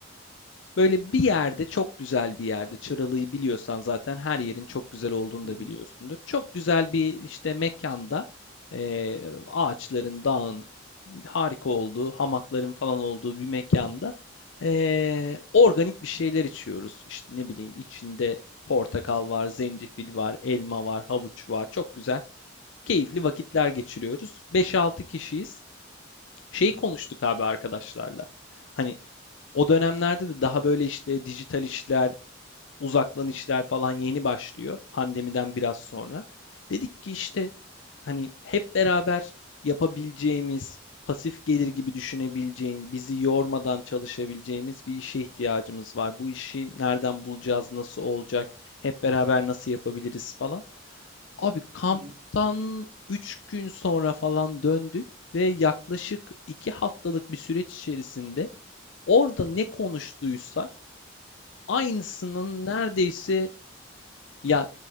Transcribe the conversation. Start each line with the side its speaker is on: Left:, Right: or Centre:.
Left: Böyle bir yerde, çok güzel bir yerde, Çıralı'yı biliyorsan zaten her yerin çok güzel olduğunu
Right: Hı
Left: da
Right: hı,
Left: biliyorsundur. Çok güzel bir işte mekanda eee, ağaçların, dağın harika olduğu, hamakların falan olduğu bir mekanda eee, organik bir şeyler içiyoruz. İşte ne bileyim içinde portakal var, zencefil var, elma var, havuç var. Çok güzel, keyifli vakitler geçiriyoruz. 5-6 kişiyiz. Şeyi
Right: hı hı,
Left: konuştuk abi arkadaşlarla. Hani o dönemlerde de daha böyle işte dijital işler, uzaktan işler falan yeni başlıyor pandemiden biraz sonra. Dedik ki işte hani hep beraber yapabileceğimiz, pasif gelir gibi düşünebileceğin, bizi yormadan çalışabileceğimiz bir işe ihtiyacımız var. Bu işi nereden bulacağız, nasıl olacak, hep beraber nasıl yapabiliriz falan. Abi kamptan
Right: hı hı.
Left: 3 gün sonra falan döndük ve yaklaşık 2 haftalık bir süreç içerisinde orada ne konuştuysak aynısının neredeyse ya